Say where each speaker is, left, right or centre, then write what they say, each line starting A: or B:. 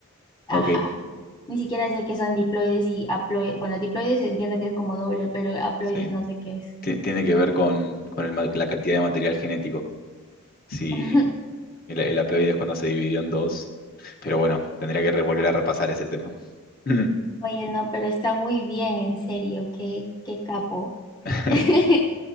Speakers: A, on the left; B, on the left.
A: Ajá.
B: Ok,
A: Ni siquiera sé qué son diploides y haploides. Bueno, diploides entiendo que es como doble, pero haploides
B: sí.
A: no sé qué es.
B: Ti- Tiene que ver con, con el ma- la cantidad de material genético. Si,
A: <laughs>
B: El, el haploide es cuando se dividió en dos. Pero bueno, tendría que revolver a repasar ese tema. Mm.
A: Oye, no, pero está muy bien, en serio, qué, qué capo.
B: <laughs>
A: <laughs>